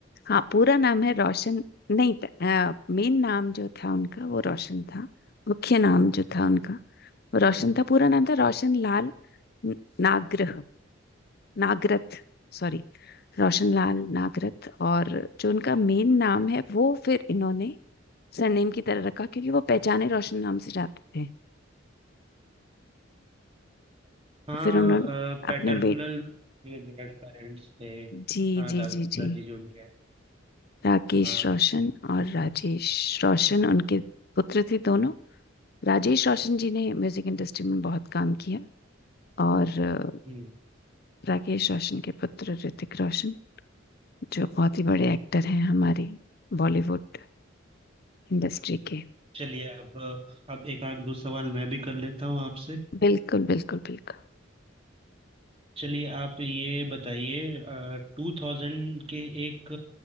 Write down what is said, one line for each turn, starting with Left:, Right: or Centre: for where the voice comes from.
Left: हाँ पूरा नाम है रोशन नहीं मेन नाम जो था उनका वो रोशन था मुख्य नाम जो था उनका वो रोशन था पूरा नाम था रोशन लाल न- नागरह नागरथ सॉरी रोशनलाल नागरथ और जो उनका मेन नाम है वो फिर इन्होंने सरनेम की तरह रखा क्योंकि वो पहचाने रोशन नाम से जाते थे
Right: हाँ
Left: तो फिर उन्होंने
Right: पैटर्नल
Left: अपने बेट
Right: ग्रैंड पेरेंट्स थे
Left: जी
Right: हाँ
Left: जी
Right: दादाजी
Left: जी जी
Right: जो उनके हैं
Left: राकेश
Right: हाँ
Left: रोशन और राजेश रोशन उनके पुत्र थे दोनों राजेश रोशन जी ने म्यूजिक इंडस्ट्री में बहुत काम किया और अ,
Right: हम्म
Left: राकेश रोशन के पुत्र ऋतिक रोशन जो बहुत ही बड़े एक्टर हैं हमारी बॉलीवुड इंडस्ट्री के
Right: चलिए अब अब एक आध दो सवाल मैं भी कर लेता हूँ आपसे
Left: बिल्कुल बिल्कुल बिल्कुल
Right: चलिए आप ये बताइए टू थाउजेंड के एक